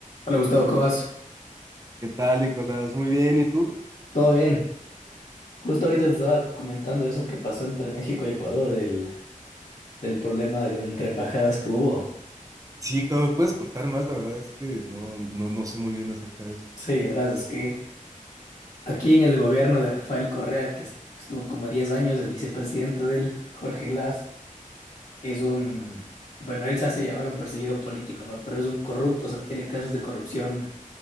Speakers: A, on the left (about 50°); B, on the right (about 25°).
A: Hola Gustavo, ¿cómo vas?
B: ¿Qué tal, Nicolás? Muy bien, ¿y tú?
A: ¿Todo bien? Justo ahorita te estaba comentando eso que pasó entre México y Ecuador, del, del problema de- entre embajadas que hubo.
B: Sí, claro, ¿me puedes contar más? La verdad es que no, no, no sé muy bien acerca de eso.
A: Sí, verás, es que aquí en el gobierno de Rafael Correa, que es- que estuvo como 10 años, el vicepresidente de él, Jorge Glass, es un,
B: Ajá,
A: bueno, él se hace llamar un perseguido político, ¿no? Pero es un corrupto, o sea, tiene casos de corrupción